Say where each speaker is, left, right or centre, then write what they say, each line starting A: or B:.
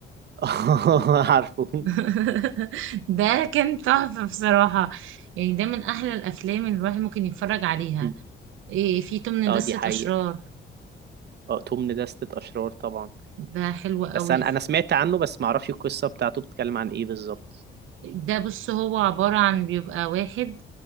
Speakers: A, on the right (about 55°); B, on the right (about 80°).
A: <laughs> عارفه
B: <laughs> ده كان تحفه بصراحه يعني ده من احلى الافلام اللي الواحد ممكن يتفرج عليها
A: مم.
B: إيه في تمن
A: اه
B: دسة
A: دي حقيقة
B: اشرار
A: اه توم ندستة اشرار طبعا
B: ده حلو
A: بس
B: قوي
A: انا انا سمعت عنه بس ما اعرفش القصة بتاعته بتتكلم عن ايه بالظبط
B: ده بص هو عباره عن بيبقى واحد